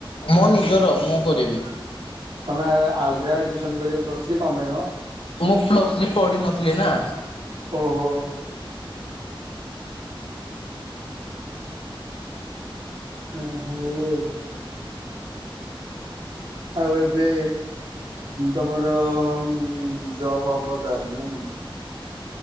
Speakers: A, on the left; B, on the right.
A: ମୋ ନିଜର ମୁଁ କରିବି।
B: ତମେ ଆଏ ଆଉଥରେ ଆଡମିସନ କରିବ ପ୍ଲସ ଥ୍ରୀ କଁ ପାଇଁ ମ।
A: ମୁଁ ପ୍ଲସ ଥ୍ରୀ ପଢ଼ି ନଥିଲି ନା।
B: ଓହୋ ହୁଁ ହଉ ଆଉ। ଆଉ ଏବେ? ତମର ଉଁ ଜବ ହବ ତା ହେଲେ ନାଇଁ କି।